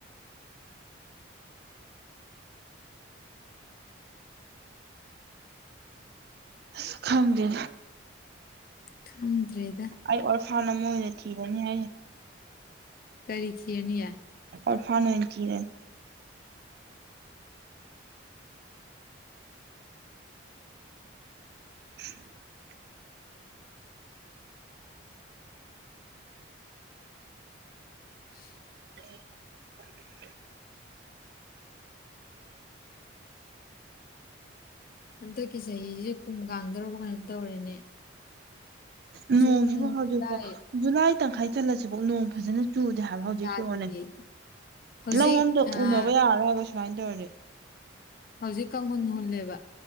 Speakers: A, on the right; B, on the left.
A: ꯁ ꯈꯝꯒ
B: ꯊꯗ꯭ꯔꯦꯗ
A: ꯑꯩ ꯑꯣꯔꯐꯥꯟ ꯑꯃ ꯑꯣꯏꯅ ꯊꯤꯔꯅꯤ ꯍꯥꯏꯁꯦ
B: ꯀꯔꯤꯈꯤꯅꯤꯌꯦ
A: ꯑꯣꯔ ꯐꯅ ꯀꯔꯦ <unintelligible>
B: <unintelligible>
A: <unintelligible>
B: ꯍꯟꯗꯛꯀꯤ ꯆꯍꯤꯁꯤ ꯀꯨꯝ ꯀꯥꯡꯗꯧꯔꯕ ꯀꯩꯅꯣꯅ ꯇꯧꯔꯦꯅꯦ
A: ꯅꯣꯡꯁꯤꯕꯨ
B: ꯖꯨꯟ
A: ꯍꯧꯖꯤꯛꯐꯥꯎ
B: ꯖꯨꯂꯥꯏ
A: ꯖꯨꯂꯥꯏ ꯇꯪꯈꯥꯏ ꯆꯠꯂꯁꯤꯕꯥꯎ ꯅꯣꯡ ꯐꯖꯅ ꯆꯨꯗꯦ ꯍꯥꯏꯕ
B: ꯅꯣꯡ
A: ꯍꯧꯖꯤꯛ
B: ꯇꯥꯗꯤꯌꯦ
A: ꯍꯉꯣꯅꯦ
B: ꯍꯧꯖꯤꯛ
A: ꯂꯧ ꯑꯗ
B: ꯑꯥ
A: ꯎꯅꯕ ꯌꯥꯔꯣꯏ ꯍꯥꯏꯕ ꯁꯨꯃꯥꯏꯅ ꯇꯧꯔꯗꯤ
B: ꯍꯧꯖꯤꯛ ꯀꯥꯡꯍꯨꯟ ꯍꯨꯜꯂꯦꯕ